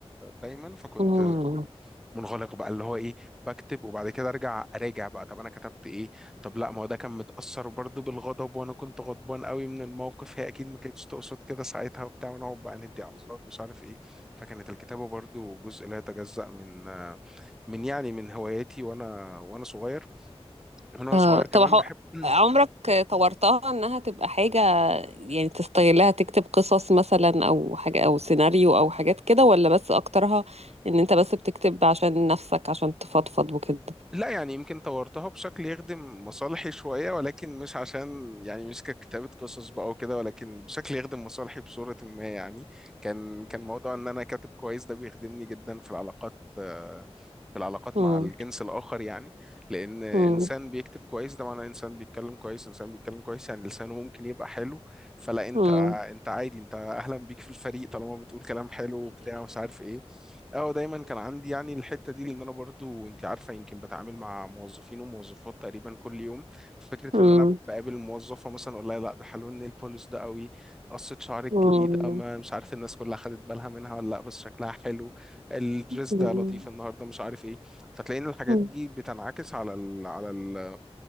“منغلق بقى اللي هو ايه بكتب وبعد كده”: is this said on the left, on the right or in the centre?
Centre